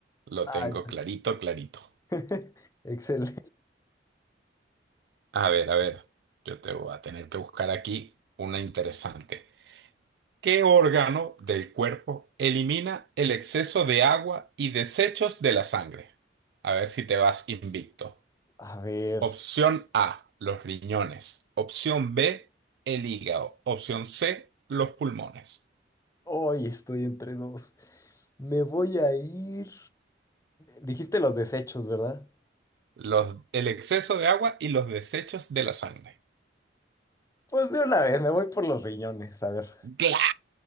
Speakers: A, on the right; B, on the left.
A: lo
B: Ay,
A: tengo clarito, clarito.
B: <laughs> excelente.
A: A ver, a ver, yo te voy a tener que buscar aquí una interesante. ¿Qué órgano del cuerpo elimina el exceso de agua y desechos de la sangre? A ver si te vas invicto.
B: A ver,
A: Opción A, los riñones. Opción B, el hígado. Opción C, los pulmones.
B: hoy estoy entre dos. Me voy a ir. Dijiste los desechos, ¿verdad?
A: Los, el exceso de agua y los desechos de la sangre.
B: Pues de una vez, me voy por los riñones, a ver.
A: ¡Claro!